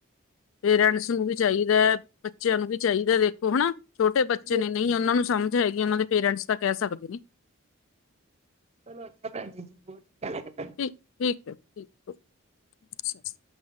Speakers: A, on the left; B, on the right.
A: ਪੇਰੈਂਟਸ ਨੂੰ ਵੀ ਚਾਈਦੈ, ਬੱਚਿਆਂ ਨੂੰ ਵੀ ਚਾਈਦੈ ਦੇਖੋ ਹਨਾ ਛੋਟੇ ਬੱਚੇ ਨੇ
B: ਉਹ ਤੇ
A: ਨਈਂ ਓਨਾਂ ਨੂੰ ਸਮਝ ਹੈਗੀ ਓਨਾਂ ਦੇ ਪੇਰੈਂਟਸ ਤਾਂ ਕੈ ਸਕਦੇ ਨੇ।
B: ਚਲੋ ਅੱਛਾ ਭੈਨ ਜੀ-ਜੀ ਬਹੁ ਚੰਗਾ ਲੱਗੇਆ
A: ਠੀਕ-ਠੀਕ ਓ ਠੀਕ ਓ, ਸਸ